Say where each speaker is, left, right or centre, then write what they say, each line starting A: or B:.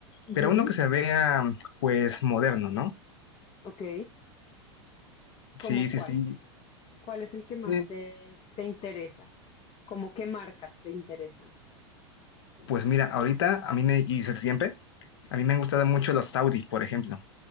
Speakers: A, on the left; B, on the left.
A: ujú,
B: pero uno que se vea pues moderno, ¿no?
A: Ok. ¿Cómo
B: Sí, sí,
A: cuál?
B: sí.
A: ¿Cuál es el que más
B: Eh,
A: te, te interesa? ¿Cómo qué marcas te interesan?
B: Pues mira, ahorita a mí me, y desde siempre, a mí me han gustado mucho los Audi, por ejemplo.